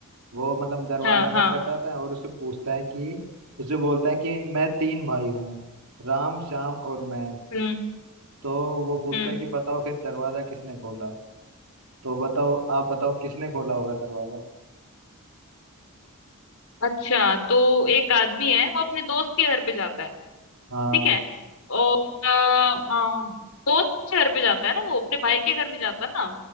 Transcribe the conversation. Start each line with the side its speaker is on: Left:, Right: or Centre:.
Right: वो मतलब दरवाजा
Left: हाँ
Right: खटखटाता
Left: हाँ
Right: है और उससे पूछता है कि उससे बोलता है कि मैं तीन भाई हूँ राम श्याम और मैं
Left: हम्म
Right: तो वो पूछता
Left: हम्म
Right: है कि बताओ फिर दरवाजा किसने खोला तो बताओ आप बताओ किसने खोला होगा दरवाजा
Left: अच्छा तो एक आदमी है वो अपने दोस्त के घर पे जाता है
Right: हाँ
Left: ठीक है और अ, अ, दोस्त के घर पे जाता है ना वो अपने भाई के घर नहीं जाता ना